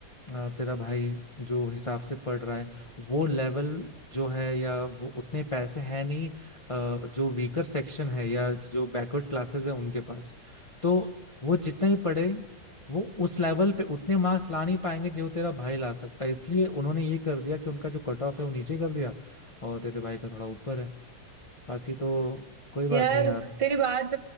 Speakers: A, on the left; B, on the right.
A: अ, तेरा भाई जो हिसाब से पढ़ रहा है वो लेवल जो है या वो उतने पैसे हैं नहीं अ, जो वीकर सेक्शन है या जो बैकवर्ड क्लासेस है उनके पास तो वो जितना ही पढ़े वो उस लेवल पे उतने मार्क्स ला नहीं पाएंगे जो तेरा भाई ला सकता है इसलिए उन्होंने ये कर दिया कि उनका जो कट ऑफ है वो नीचे कर दिया और तेरे भाई का थोड़ा ऊपर है बाकी तो कोई बात
B: यार
A: नहीं यार
B: तेरी बात